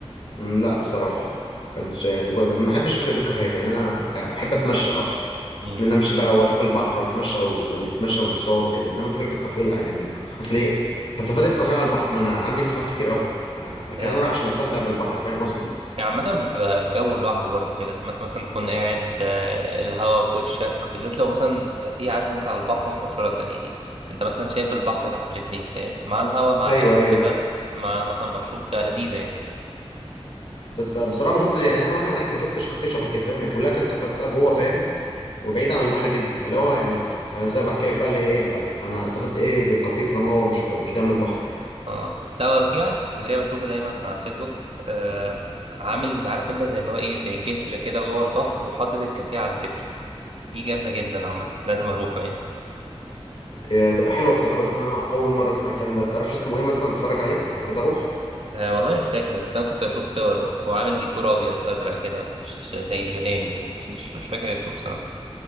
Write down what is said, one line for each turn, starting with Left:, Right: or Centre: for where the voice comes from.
Left: مم، لا بصراحة كانتش يعني مجرد ما بحبش فكرة الكافيهات يعني انا بحب اتمشى اكتر
Right: مم.
Left: ان انا امشي بقى واشوف البحر واتمشى ونتمشى ونتصور وكده انما فكرة الكافيه لا يعني اصل ايه هستفاد ايه بكافيه على البحر ما انا عندي كافيهات كتير قوي ف... لكن
Right: آه،
Left: انا رايح عشان استمتع بالبحر فاهم قصدي
Right: يعني عامة بتبقى جو لوحده برضه كده لما انت مثلا تكون قاعد آه، الهوا في وشك بالذات لو مثلا كافيه عارف انت على البحر مباشرة يعني انت مثلا شايف البحر تحت رجليك فاهم مع الهوا مع
Left: ايوه
Right: الأكل
Left: ايوه
Right: كده مع مثلا مشروب تبقى لذيذة يعني
Left: بس بصراحة ما شفتش يعني انا وانا هناك ما شفتش كافيه شبه كده فاهم يعني كلها كانت كافيهات بقى جوه فاهم وبعيد عن البحر جدا فاللي هو يعني فازاي بحكي لك بقى اللي هي ايه ف... فانا استفدت ايه بالكافيه طالما هو مش مش جنب البحر
Right: اه لا أنا في واحد في اسكندرية بشوفه دايما على فيسبوك آه عامل عارف انت زي اللي هو ايه زي جسر كده جوه البحر وحاطط الكافيه على الجسر دي جامدة جدا عامة لازم أروحه يعني
Left: إيه هتبقى حلوه بصراحه بس انا اول مره اسمع الكلام ده تعرفش اسمه ايه مثلا اتفرج عليه لو كده اروح
Right: أه والله مش فاكر بس انا كنت اشوف صوره هو عامل ديكور ابيض فازرق كده مش مش زي اليوناني يعني بس مش مش فاكر اسمه بصراحه